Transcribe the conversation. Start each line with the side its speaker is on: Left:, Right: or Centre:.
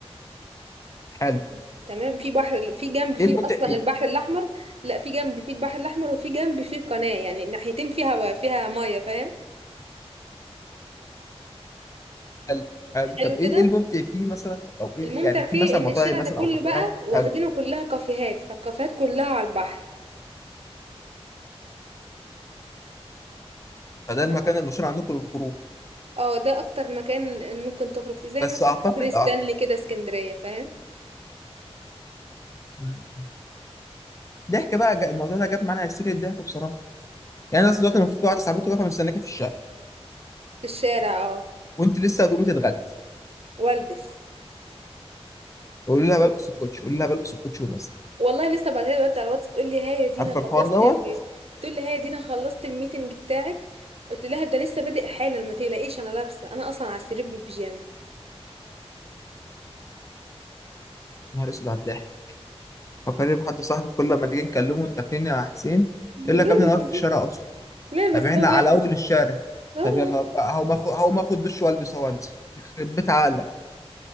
Left: حلو
Right: تمام تمام في بحر في جنب فيه
Left: ايه الممتع
Right: اصلا
Left: فيه
Right: البحر الاحمر لا في جنب فيه البحر الاحمر وفي جنب فيه القناة يعني الناحيتين فيها فيها مية فاهم
Left: هل هل
Right: حلو
Left: طب ايه
Right: كده
Left: إيه الممتع فيه مثلا او أو ايه
Right: الممتع
Left: إيه يعني في
Right: فيه
Left: مثلا
Right: ان
Left: مطاعم
Right: الشارع
Left: مثلا
Right: ده كله
Left: او كافيهات
Right: بقى واخدينه
Left: هل
Right: كلها كافيهات فالكافيهات كلها على البحر
Left: فده
Right: فهو
Left: المكان المشهور عندكم للخروج
Right: اه ده اكتر مكان ممكن تخرج فيه زي
Left: بس
Right: مثلا
Left: اعتقد
Right: كوبري ستانلي
Left: أعتقد-
Right: كده اسكندرية فاهم
Left: مم. ضحك بقى جا- الموضوع ده جاب معانا هستيريا الضحك بصراحه يعني انا أصل دلوقتي المفروض في واحده صاحبتي واقفه مستناكي في الشارع
Right: في الشارع اه
Left: وانت لسه هتقومي تتغدي
Right: والبس
Left: قولي لها بلبس الكوتش قولي لها بلبس الكوتش ونازله
Right: والله لسه بعتها لي دلوقتي على الواتس بتقول لي ها يا دينا
Left: عارفه الحوار
Right: خلصت
Left: دوت
Right: ال... بتقول لي ها يا دينا خلصت الميتنج بتاعك قلت لها ده لسه بادئ حالا ما تقلقيش انا لابسه انا اصلا على السرير بالبيجامه
Left: نهار اسود على الضحك فكرني بحد صاحبي كل ما نيجي نكلمه انت فين يا حسين
Right: <laughs>
Left: يقول لك
Right: لابسه
Left: يا ابني انا واقف في
Right: دي
Left: الشارع اصلا
Right: لابسه
Left: طب احنا
Right: بجد
Left: على اول الشارع
Right: اه
Left: طب يلا بقى هقوم اخد هقوم اخد دش والبس وانزل يخرب بيت عقلك